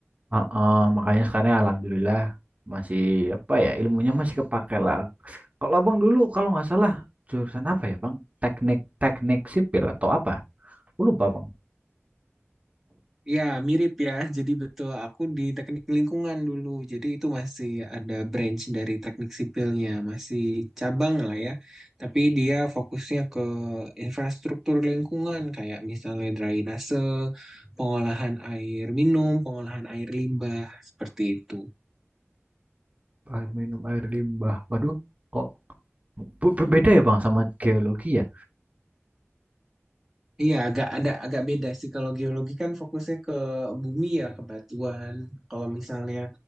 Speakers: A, on the right (about 30°); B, in the centre.
A: Heeh, makanya sekarang alhamdulillah masih apa ya ilmunya masih kepake lah Kalau abang dulu kalau nggak salah jurusan apa ya bang? Teknik teknik sipil atau apa? Aku lupa bang.
B: Ya, mirip ya. <laughs> Jadi betul, aku di teknik lingkungan dulu. Jadi itu masih ada branch dari teknik sipilnya, masih cabang lah ya. Tapi dia fokusnya ke infrastruktur lingkungan, kayak misalnya drainase, pengolahan air minum, pengolahan air limbah, seperti itu.
A: Air minum air limbah. Waduh, kok be- berbeda ya bang sama geologi ya?
B: Iya, agak ada agak beda sih. Kalau geologi kan fokusnya ke bumi ya, ke batuan. Kalau misalnya